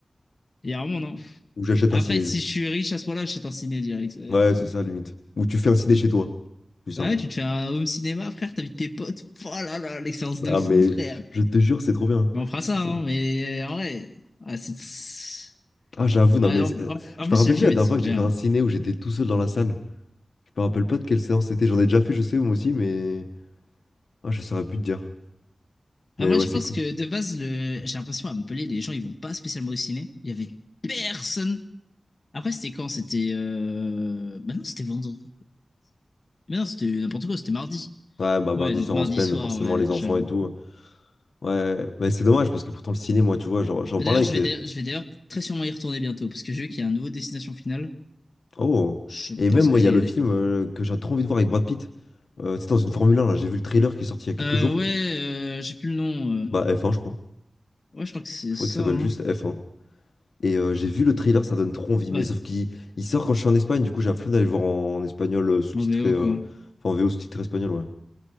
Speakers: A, on the left (about 50°); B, on the left (about 85°).
A: Il y a vraiment, non.
B: ou j'achète
A: Après,
B: un ciné.
A: si je suis riche à ce point-là, je suis en ciné direct. ouais.
B: Ouais, c'est ça limite. Ou tu fais un ciné chez toi, plus simple.
A: Bah ouais, tu te fais un home cinéma, frère, t'invites tes potes. Oh là là, l'expérience de
B: Ah
A: fou,
B: mais
A: frère.
B: je te jure, c'est trop bien. hein.
A: Mais on fera
B: C'est
A: ça,
B: ça.
A: hein, mais euh, en vrai. ah, c'est-
B: Ah j'avoue non
A: Ah,
B: mais c'est-
A: en, en- en
B: je
A: plus,
B: me rappelle
A: le film
B: plus la
A: était
B: dernière fois
A: trop
B: que
A: bien.
B: j'ai fait un
A: hein.
B: ciné où j'étais tout seul dans la salle. Je me rappelle pas de quelle séance c'était, j'en ai déjà fait je sais moi aussi mais ah je saurais plus te dire. Mais
A: Après,
B: ouais,
A: je
B: c'est
A: pense
B: cool.
A: que de base, le... j'ai l'impression à Montpellier, les gens, ils vont pas spécialement au ciné. Il y avait personne. Après, c'était quand? C'était. Euh... Bah non, c'était vendredi? Mais non, c'était n'importe quoi, c'était mardi.
B: Ouais, bah,
A: Ouais,
B: 10
A: donc
B: heures
A: mardi
B: en semaine,
A: soir,
B: forcément,
A: ouais,
B: les enfants
A: j'avoue.
B: et tout. Ouais, mais c'est dommage parce que pourtant, le ciné, moi, tu vois, genre, j'en
A: Mais
B: parlais
A: d'ailleurs,
B: avec.
A: je vais,
B: euh,
A: d'a- je vais d'ailleurs très sûrement y retourner bientôt, parce que j'ai vu qu'il y a un nouveau destination finale.
B: Oh!
A: Je pense
B: Et même, moi,
A: que je
B: il y
A: vais
B: a le
A: y aller.
B: film euh, que j'ai trop envie de voir avec Brad Pitt. Euh, c'est dans une Formule 1, là. J'ai vu le trailer qui est sorti il y a quelques
A: Euh,
B: jours.
A: ouais, euh, j'ai plus le nom. euh.
B: Bah, f un je crois.
A: Ouais, je crois que c'est
B: Je crois
A: ça,
B: qu'il s'appelle
A: hein.
B: juste f un Et euh, j'ai vu le trailer, ça donne trop envie.
A: Ouais,
B: Mais sauf qu'il il sort quand je suis en Espagne, du coup, j'ai la flemme d'aller le voir en, en espagnol euh, sous-titré.
A: en VO,
B: euh,
A: quoi. Ouais,
B: Enfin, en VO sous-titré espagnol, ouais.